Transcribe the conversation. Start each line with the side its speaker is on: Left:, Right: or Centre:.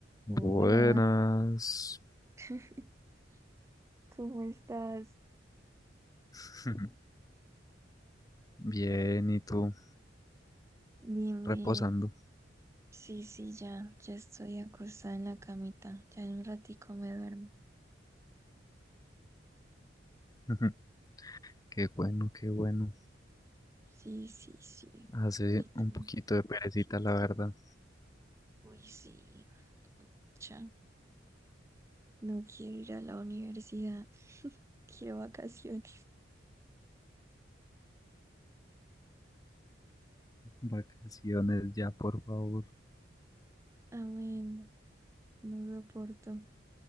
Left: Buenas.
Right: Hola, <laughs> ¿cómo estás?
Left: <laughs> Bien, ¿y tú?
Right: Bien, bien.
Left: Reposando.
Right: Sí, sí, ya, ya estoy acostada en la camita. Ya en un ratico me duermo.
Left: <laughs> Qué bueno, qué bueno.
Right: Sí, sí, sí.
Left: Hace
Right: ¿Y
Left: un
Right: tú?
Left: poquito de perecita, la verdad.
Right: Uy, sí. Ya, no quiero ir a la universidad. <laughs> Quiero vacaciones.
Left: Vacaciones ya, por favor.
Right: Amén. No soporto.